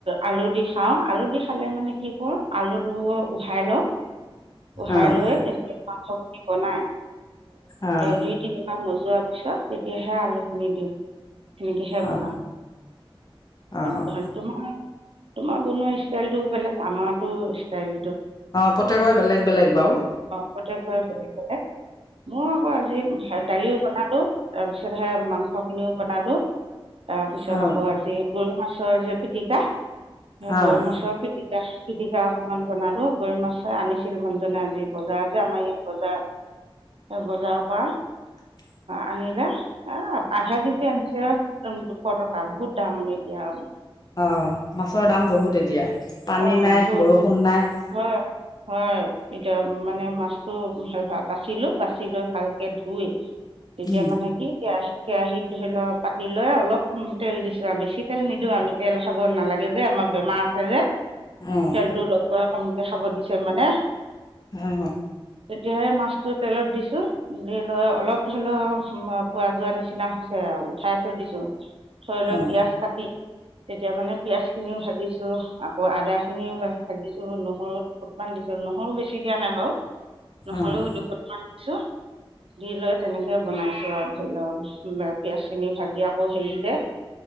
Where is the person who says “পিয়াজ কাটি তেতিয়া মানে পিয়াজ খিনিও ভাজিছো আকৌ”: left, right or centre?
Right